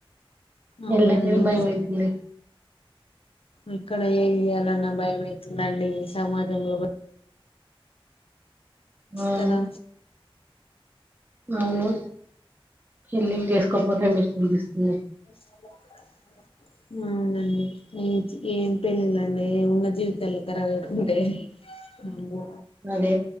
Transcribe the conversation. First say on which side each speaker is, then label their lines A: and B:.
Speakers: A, on the right; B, on the left.
A: పెళ్ళంటనే
B: అవునండి
A: భయమైతుంది
B: ఎక్కడ ఏది చేయాలన్న భయమే అవుతుదండి ఈ భ సమాజంలో
A: అవును
B: కదా
A: అవును పెళ్లిళ్లు చేసుకోకపోతే బెస్ట్ అనిపిస్తుంది
B: అ అవునండి ఏ ఏం పెళ్ళిళండీ ఉన్న జీవితాలే కరాబైతుంటే అమ్మో
A: అదే